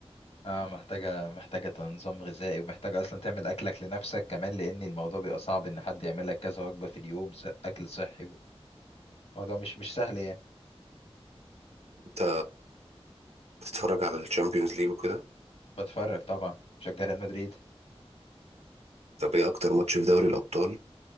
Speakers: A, on the left (about 70°); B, on the right (about 75°).
A: اه محتاجة محتاجة نظام غذائي ومحتاجة أصلا تعمل أكلك لنفسك كمان لأن الموضوع بيبقى صعب إن حد يعمل لك كذا وجبة في اليوم س- أكل صحي الموضوع مش مش سهل يعني
B: انت بتتفرج على الشامبيونز ليج وكده
A: بتفرج طبعا بشجع ريال مدريد
B: طب ايه اكتر ماتش في دوري الابطال